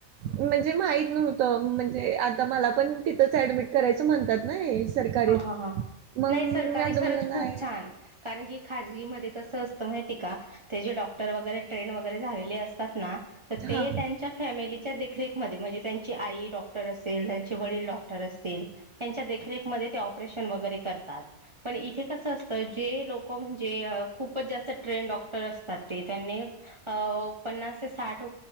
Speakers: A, on the right; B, on the right.
A: म्हणजे माहीत नव्हत म्हणजे आता मला पण तिथंच ऍडमिट करायचं म्हणतात ना सरकारीत.
B: हा ह ह
A: मग
B: नाही
A: मी
B: सरकारी
A: माझं
B: खरच
A: म्हणणं नाही
B: खूप छान कारण की खाजगी म असत माहि का त्या डॉक्टर वगैरे ट्रेन वगैरे झालेले असतात ना तर ते
A: हां
B: त्यांच्या फॅमिलीच्या देखरेखमध्ये म्हणजे त्यांची आई डॉक्टर अस त्यांचे वडील डॉक्टर असतील त्यांच्या देखरेख परेशन वगरेतात पण इथे कस असत जे लोक म्हणजे खप जात ट्रेन डॉक्टर असतात त्यांनी पन्नास ते साठ